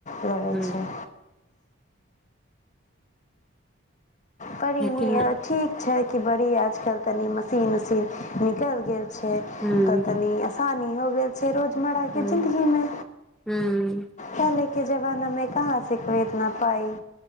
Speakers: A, on the left; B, in the centre.
A: लेेवे
B: हूँ
A: छै बडी
B: लेकिन
A: नी आ ठीक छैत कि बड़ी आजकल तनी मशीन उशीन नी कल गेल छै
B: हूँ
A: तऽ तनी आसानी हो गेल छै रोज मराय
B: हूँ
A: के जिंन्दगी मे
B: हूँ
A: पहले के जमाना मे कहाँ छै कोइ एतना पाइ